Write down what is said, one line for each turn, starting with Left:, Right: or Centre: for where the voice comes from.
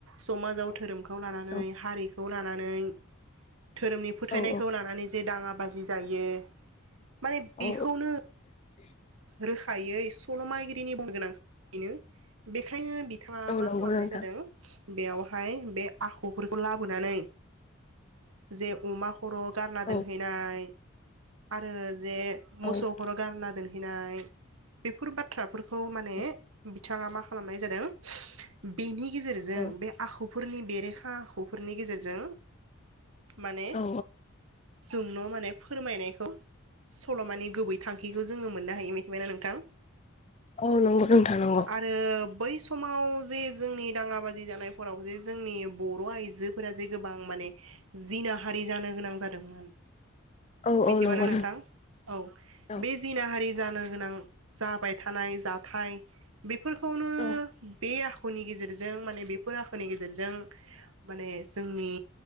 Right: समाजाव धोरोमखौ। खौ लानानै
Left: औ
Right: हारिखौ लान नानै। धोरोमनि फोथायनायखौ
Left: औ
Right: लानानै जे दाङा ब बाजि जायो माने बेखौनो
Left: औ
Right: रोखायै सल'माागिरिनि बुंनो गोनां बेनो बेखायनो बि बिथाङा
Left: औ
Right: मा
Left: नंगौ
Right: खालामनाय
Left: नोंथां
Right: जादों बेयावहाय बे आखफोरखौ लाबोनानै जे अमा खर' गारना दोनहैनाय
Left: औ
Right: आरो जे
Left: औ
Right: मोसौ खर' गारना दोन नाय बेफोर बाथ बाथ्राफोरखौ माने
Left: औ
Right: बि बिथाङा मा खालामनाय जादों बेनि गेजेरजों
Left: औ
Right: बे आखुफोरनि बेरेखा आखुफोरनि नि गेजेरजों माने
Left: औ
Right: जोंन' माने फोरमायनायखौ सल'मानि गुबै थांखिखौ ज जोङो मोननो हायो मिथिबाय ना नोंथां
Left: औ नंगौ नोंथां नंगौ
Right: आरो बै समाव जे जोंनि दाङा बाजि जानायफोराव जे जोंनि बर' आइजोफोरा जे गोबां माने जिनाहारि जानो गोनां जादोंमोन।
Left: औ
Right: मिथिबाय
Left: औ नंगौ
Right: ना नोंथां औ
Left: औ
Right: बे नाहारि जानो गोनां जाबाय थानाय जाथाय बे फोरखौनो
Left: औ
Right: बे आख खुनि गेजेरजों माने बेफोर आखुनि गेजेरजों जों माने जोंनि